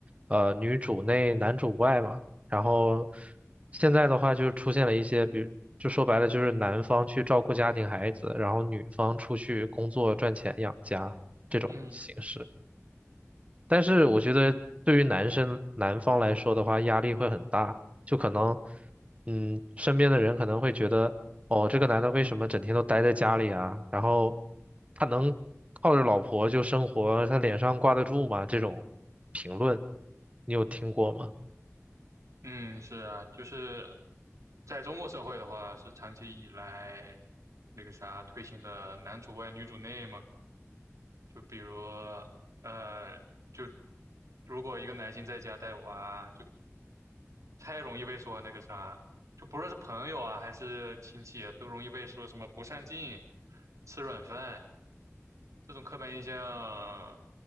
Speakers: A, on the right; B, on the right.
A: 呃，女主内男主外嘛，然后现在的话就出现了一些，比如就说白了就是男方去照顾家庭孩子，然后女方出去工作赚钱养家。这种形式。
B: 嗯
A: 但是我觉得对于男生男方来说的话，压力会很大，就可能，嗯，身边的人可能会觉得，哦，这个男的为什么整天都待在家里啊？然后他能靠着老婆就生活，他脸上挂得住吗？这种评论，你有听过吗？
B: 嗯，是啊，就是在中国社会的话，是长期以来那个啥推行的男主外女主内嘛。就比如，呃，就如果一个男性在家带娃，就太容易被说那个啥，就不论是朋友啊还是亲戚啊都容易被说什么不上进、吃软饭这种刻板印象，